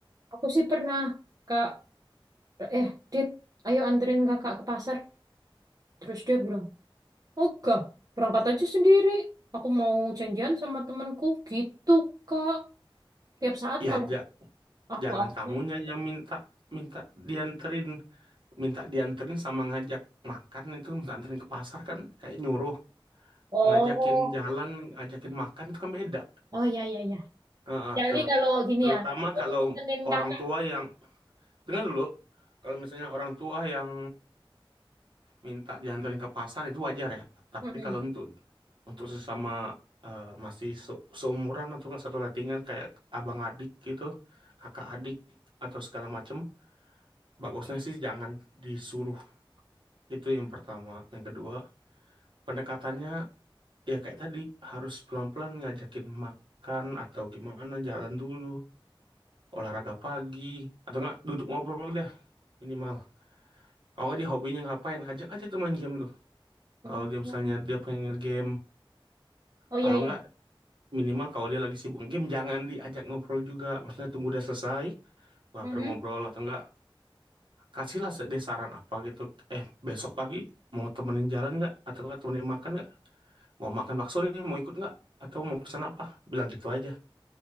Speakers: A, on the right (about 45°); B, on the right (about 65°).
A: aku sih pernah Kak eh Dit, ayo anterin Kakak ke pasar. Terus dia bilang, "Enggak, berangkat aja sendiri. Aku mau janjian sama temanku." Gitu, Kak. Tiap saat
B: ya
A: kalau
B: ja-
A: aku
B: jangan
A: ajak.
B: kamunya yang minta minta dianterin minta dianterin sama ngajak makan itu minta anterin ke pasar kan kayak nyuruh
A: Oh,
B: ngajakin jalan ngajakin makan itu kan beda
A: oh ya ya ya.
B: Heeh,
A: Jadi
B: terut-
A: kalau gini
B: terutama
A: ya, aku
B: kalau
A: temenin
B: orang
A: Kakak.
B: tua yang dengar dulu, kalau misalnya orang tua yang minta dianterin ke pasar itu wajar ya. Tapi
A: Mm-mm.
B: kalau untuk untuk sesama eh, masih se- seumuran atau enggak satu lettingan kayak abang adik gitu, kakak adik atau segala macem, bagusnya sih jangan disuruh. Itu yang pertama. Yang kedua, pendekatannya ya kayak tadi harus pelan-pelan ngajakin makan atau gimana jalan dulu olahraga pagi atau enggak duduk ngobrol dah minimal kalau nggak dia hobinya ngapain ajak aja tuh main game tuh
A: Oh,
B: kalau dia misalnya dia pengen nge-game
A: oh ya
B: kalau
A: ya.
B: nggak minimal kalau dia lagi sibuk game jangan diajak ngobrol juga maksudnya tunggu dia selesai baru
A: Mm-mm.
B: ngobrol atau enggak kasihlah se- dia saran apa gitu eh besok pagi mau temenin jalan nggak atau nggak temenin makan nggak mau makan bakso nih mau ikut nggak atau mau pesan apa bilang gitu aja